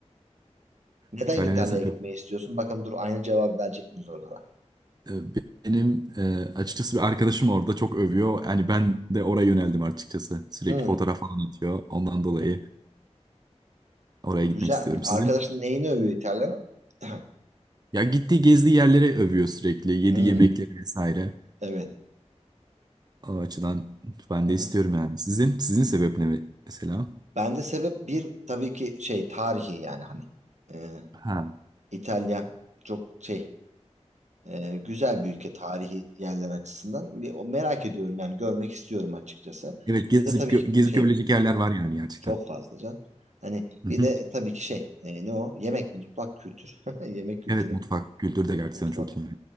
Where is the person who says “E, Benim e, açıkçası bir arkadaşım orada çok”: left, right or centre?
Right